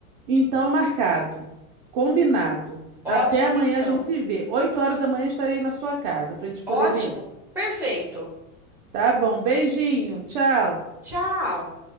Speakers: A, on the right; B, in the centre.
A: Então, marcado. Combinado.
B: Ótimo,
A: Até amanhã
B: então.
A: a gente se vê. Oito horas da manhã estarei na sua casa para a gente poder
B: Ótimo.
A: ver isso.
B: Perfeito.
A: Tá bom. Beijinho. Tchau.
B: Tchau.